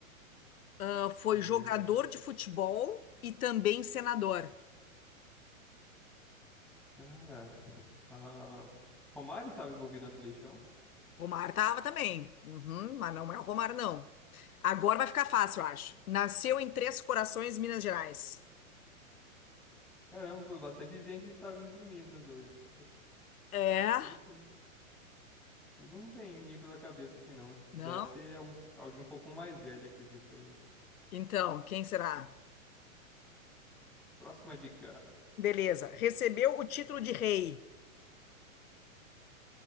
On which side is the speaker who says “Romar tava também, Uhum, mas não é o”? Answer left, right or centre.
Left